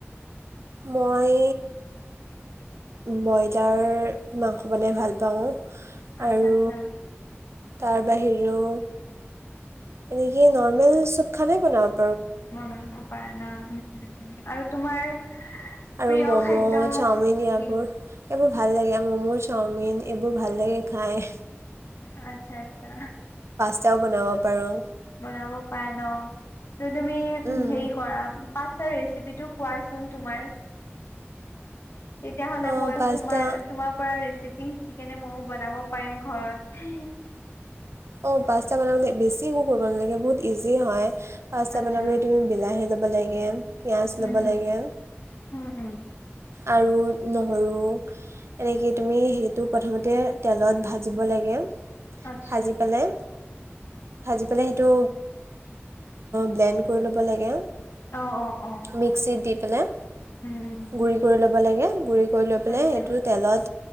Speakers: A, on the right; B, on the left.
A: মই বইলাৰ মাংস বনাই ভাল পাওঁ
B: আচ্ছা
A: আৰু
B: আচ্ছা
A: তাৰ বাহিৰেও এনেক নৰ্মেল চব খানায়ে বনাম
B: ম পায় ন উম উম আৰু তোমাৰ
A: আৰু
B: প্ৰিয়
A: ম'ম'
B: খাদ্য
A: চাওমিন এইাবোৰ
B: কি
A: এইবোৰ ভাল লাগে ম'ম' চা চাওমিন এইবোৰ ভাল লাগে খায়
B: আচ্ছা আচ্ছা
A: তাও বনাব পাৰোঁ
B: বনাব পাৰা ন যে তুমি হেৰি
A: উম,
B: কৰা পাঁচটা ৰেষ্ট ৰেচিপিটো কোৱাচোন তোমাৰ তেতিয় হ'লে
A: অঁ
B: ময়ো
A: পাষ্টা
B: তোমাৰ তোমাৰ পৰা ৰেচিপু শিকি কেনে মইও বনাব পাৰিম ঘৰত
A: অঁ পাঁচটামানৰ বেছি একো কৰিব নালাগে বহুত ইজি হয় পাচতা
B: আচ্ছা
A: বনাবলৈ তুমি বিলাহী লব লাগে পিঁয়াজ
B: উম
A: ল'ব
B: হুম
A: লাগে
B: উম উম
A: আৰু নহৰু এনেকে তুমি সেইটো প্ৰথমতে তেলত ভাজিব লাগে
B: আত্ছা
A: ভাজি পেলাই ভাজি পেলাই সেইটো ব্লেণ্ড কৰি ল'ব লাগে
B: অ অ অ
A: মিক্সিত দি পেলাই
B: উম উম
A: গুৰি কৰি ল'ব লাগে গুড়ি কৰি লৈ পেলাই
B: আচ্ছা
A: সেইটো তেলত